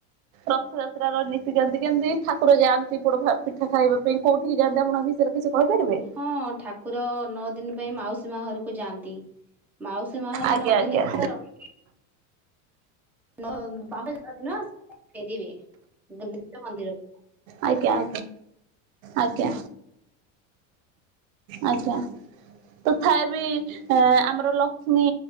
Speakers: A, on the right; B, in the centre.
A: ରଥଯାତ୍ରା ର ନିତିକାନ୍ତି କେମିତି ଠାକୁର ଯାଆନ୍ତି। ପୋଡ଼ ପି ପିଠା ଖାଇବା ପାଇଁ କୋଉଠିକି ଯାଆନ୍ତି ଆପଣ ବିଷୟରେ କିଛି କହିପାରିବେ
B: ହଁ ଠାକୁର ନଅ ଦିନ ପାଇଁ ମାଉସୀ ମା ଘରକୁ ଯାଆନ୍ତି। ମାଉସୀ ମା ଘରେ
A: ଆଜ୍ଞା
B: ନଅ
A: ଆଜ୍ଞା
B: ଦିନୀ କାଳ ରହିକି ନଅ ବାହୁଡ଼ା ଦିନ ଫେରିବେ ନିଜ ମନ୍ଦିରକୁ
A: ଆଜ୍ଞା ଆଜ୍ଞା ଆଜ୍ଞା। ଆଜ୍ଞା। ତଥାପି ବି ଆମର ଲକ୍ଷ୍ମୀ